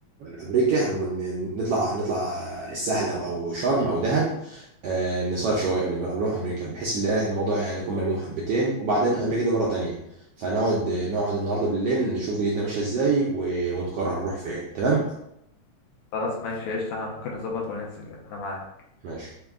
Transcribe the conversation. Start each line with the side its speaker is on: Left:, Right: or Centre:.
Right: آه، امريكا من- نطلع نطلع السهل او او شرم او دهب آه، نصيف شويه قبل ما قبل ما نروح امريكا بحيث ان الموضوع يعني يكون ملموم حبتين وبعدين امريكا دي مره تانية فنقعد نقعد النهارده بالليل نشوف دنيتنا ماشيه ازاي و- ونقرر نروح فين تمام
Left: خلاص ماشي قشطة احنا ممكن نظبط وننزل انا معاك
Right: ماشي